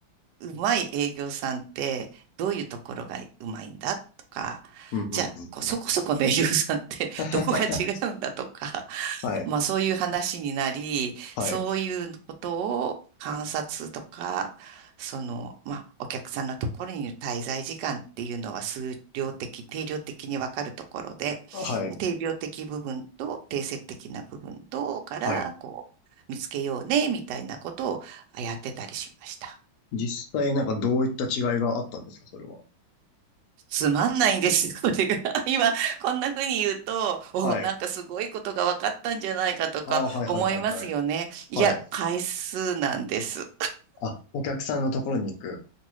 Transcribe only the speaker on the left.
うん、うん、
うん、
うん。<laughs> はい。
はい。
はい。
はい。
実際なんかどういった違いがあったんですか、それは。
はい。
ああ、はいはいはいはい。
はい。
あ、お客さんのところに行く。